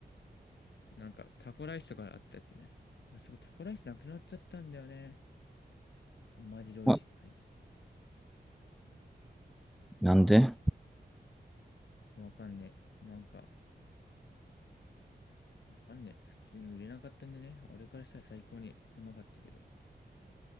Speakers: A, on the left; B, in the centre.
A: なんかタコライスとかあったやつね。あそこタコライスなくなっちゃったんだよね。マジで美味しいのに。
B: あ、なんで
A: わかんねえ。なんか、わかんねえ。普通に売れなかったんでね。俺からしたら最高にうまかったけど、